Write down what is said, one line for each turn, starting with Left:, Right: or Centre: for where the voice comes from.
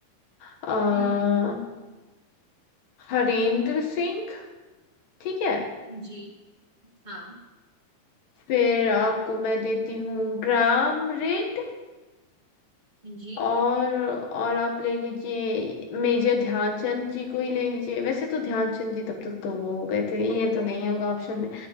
Left: अ,
Right: हम्म हम्म
Left: हरेंद्र सिंह ठीक है
Right: जी हाँ
Left: फिर आपको मैं देती हूँ ग्राम रेड,
Right: जी
Left: और और आप ले लीजिए मेजर ध्यानचंद जी को ही ले लीजिए वैसे तो ध्यानचंद जी तब तक तो वो हो गए थे ये तो नहीं होगा ऑप्शन में